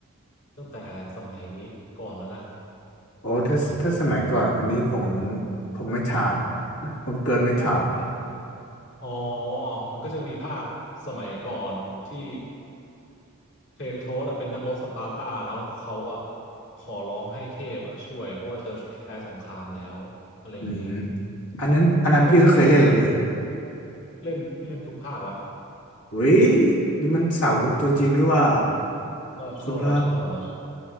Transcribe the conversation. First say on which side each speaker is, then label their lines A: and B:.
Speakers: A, on the left; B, on the left.
A: ตั้งแต่สมัยก่อนแล้วนะ
B: โอ้ถ้าถ้าสมัยก่อนอันนี้ผมผมไม่ทานผมเกินไม่ทาน
A: อ๋อมันก็จะมีภาคสมัยก่อนที่เทโทสอะเป็นนักรบสปาร์ตาแล้วเขาอะขอร้องให้เทพอะช่วยเพราะว่าจะแพ้สงครามแล้วอะไรอย่างเงี้ย
B: อืมอันนั้นอันนั้นพี่ก็เคยเล่นแหละพี่
A: แล้วมันก็เป็นเล่นพี่เล่นทุกภาคละ
B: เฮ้ยนี่มันสาวกตัวจริงนี่ว่า
A: ชอบชอบเราชอบเราชอบ
B: คุณพระ